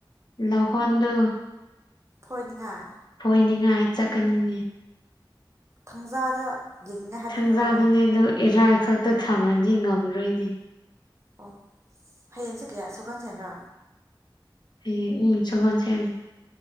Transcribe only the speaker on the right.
ꯐꯣꯏꯅꯤꯡꯉꯥꯏ
ꯊꯥꯡꯖꯥꯗ ꯂꯤꯡꯅꯤꯡꯉꯥꯏ ꯍꯥꯏꯕ
ꯅꯠꯇ꯭ꯔꯣ ꯅꯣꯏ
ꯑꯣ ꯍꯌꯦꯡꯁꯦ ꯀꯌꯥ ꯁꯒꯣꯟꯁꯦꯟꯗ꯭ꯔꯥ